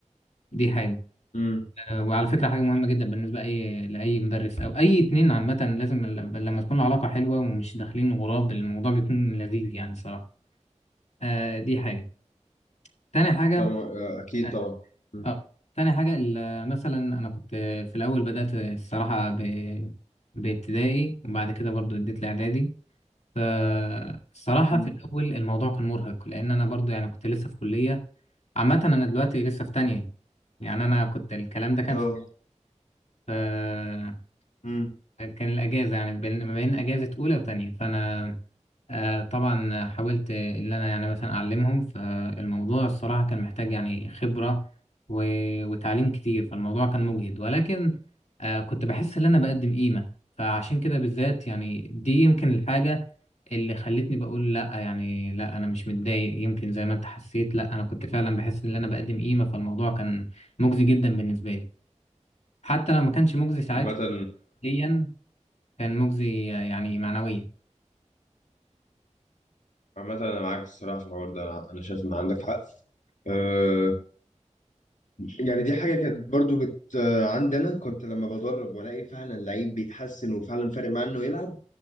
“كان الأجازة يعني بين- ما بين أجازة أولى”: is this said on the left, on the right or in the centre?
Left